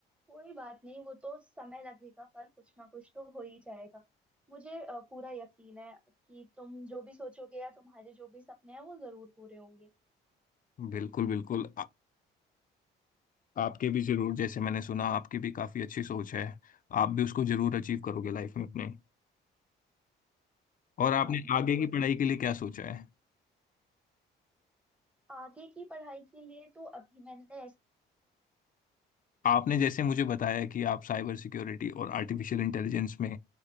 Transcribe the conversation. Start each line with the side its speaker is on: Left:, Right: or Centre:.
Centre: कोई बात नहीं वो तो समय लगेगा पर कुछ ना कुछ तो हो ही जाएगा मुझे अ, पूरा यकीन है कि तुम जो भी सोचोगे या तुम्हारे जो भी सपने हैं वो जरूर पूरे होंगे
Left: बिल्कुल बिल्कुल आपके भी जरूर जैसे मैंने सुना आपकी भी काफी अच्छी सोच है आप भी उसको जरूर अचीव करोगे लाइफ में अपने और आपने
Centre: हाँ बिल्कुल
Left: आगे की पढ़ाई के लिए क्या सोचा है
Centre: आगे की पढ़ाई के लिए तो अभी मैंने ऐस-
Left: आपने जैसे मुझे बताया कि आप साइबर सिक्योरिटी और आर्टिफिशियल इंटेलिजेंस में